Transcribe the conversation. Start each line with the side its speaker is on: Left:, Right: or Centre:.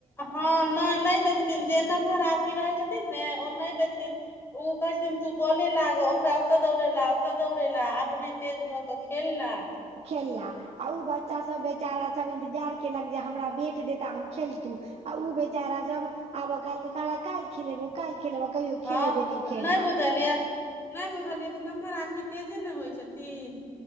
Left: हँ नहि नहि दै छथिन जे नमहर आदमी रहै छथिन ने ओ नहि दै छथिन ऊ कहै छथिन तू बोले लागऽ ओकरा ओतऽ दौड़ेेला ओतऽ दौड़ेेला अपने तेज भऽ कऽ खेलला।
Right: खेलला। आ ऊ बच्चा सभ बेचारा सभ इन्तजार केलक जे हमरा बेेट देता हम खेलतू। आ ऊ बेचारा सब आब काल मे कहला काल्हि खेलेबौ, काल्हि खेलेबौ कहियो
Left: हँ
Right: खेलेबे नहि
Left: तऽ
Right: केला।
Left: बुझलियै नहि बुझलियै तऽ, नम्हर आदमी तेजे ने होय छथिन।